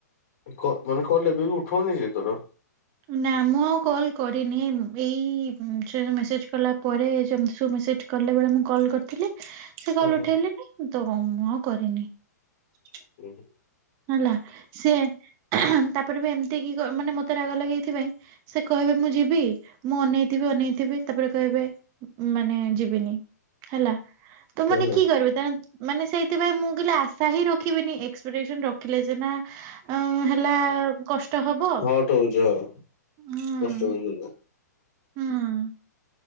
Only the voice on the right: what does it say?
ନା ମୁଁ ଆଉ କଲ କରିନି ଏଇ ମେସେଜ କଲା ପରେ ଯେମିତି ସେଠି କଲାବେେଳେ ମୁଁ କଲ୍ କରିଥିଲେ । ସେ
କଲ
ଉଠେଇଲେନି ତ ମୁଁ ଆଉ କରିନି ।
ହେଲା ସିଏ ତାପରେ ବି ଏମିତି କି ମାନେ ମୋତେ ରାଗ ଲାଗେଏଇଥିପାଇଁ ସେ କହିବେ ମୁଁ ଯିବି ମୁଁ ଅନେଇଥିବି ଅନେଇଥିବି ତାପରେ କହିବେ ମାନେ ଯିବିନି ହେଲା। ତ
ମାନେ
କି କରିବେ? ମାନେ ସେଇଥିପାଇଁ ମୁଁ କହେ ଆଶା ହିଁ ରଖିବିନି ଏକ୍ସପେଟସନ ରଖି ରଖିଲେ ସିନା ଆ ହେଲା କଷ୍ଟ ହବ।
ହୁଁ।
ହୁଁ।